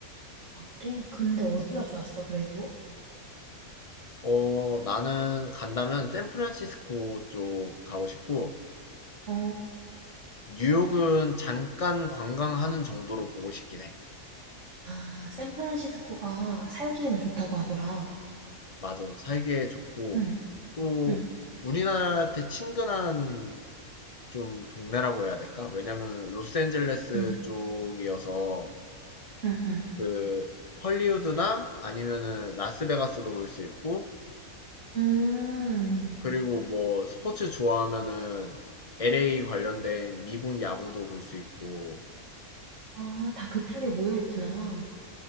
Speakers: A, on the right; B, on the left.
A: 아, 그래? 근데 어디가 좋았어, 그래도?
B: 어, 나는 간다면 샌프란시스코 쪽 가고 싶고,
A: 어,
B: 뉴욕은 잠깐 관광하는 정도로 보고 싶긴 해.
A: 아, 샌프란시스코가 살기에는 좋다고 하더라.
B: 맞아. 살기에 좋고,
A: 응,
B: 또
A: 응,
B: 우리나라한테 친근한 좀 동네라고 해야 될까? 왜냐면 로스앤젤레스
A: 응,
B: 쪽이어서
A: 응, 응.
B: 그 헐리우드나 아니면은 라스베가스도 볼 수 있고,
A: 음,
B: 그리고 뭐 스포츠 좋아하면은 LA 관련된 미국 야구도 볼 수 있고,
A: 아, 다 그쪽에 모여 있구나.